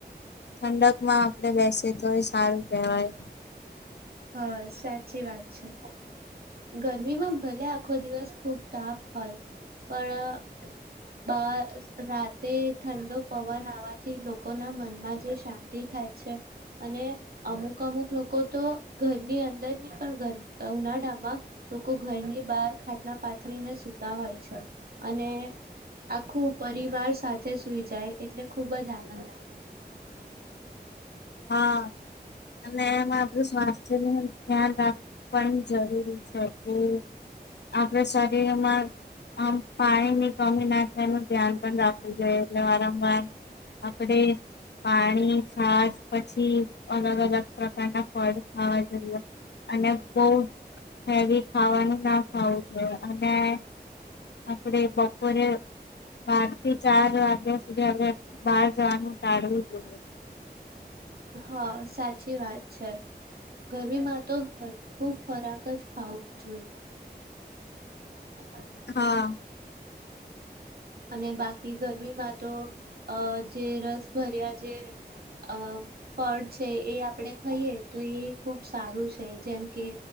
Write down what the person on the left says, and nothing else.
ઠંડક. માં આપડે બેસે તો હિશ. સારું કહેવાય.
હા. અને એમાં. <unintelligible> ધ્યાલ રાખ પણ જરૂરી છે કે. આપડ શરીરમાં આમ પાણી ની સ્વામીનાથયણ ધ્યાન પણ રાખવું જોઈએ. એટ વારા વાર કપડે પાણી છાસ પછી અલગ અલગ પ્રકાડ ફડ હા જર. અને બહ હેવી ખાવાનું ના ખાવું જોઈ અને આપ આપડે બપોરે બાર થી ચાર વાગ્યા હવે બહાર જવાનું ટાઢવું જોઈએ.
હા.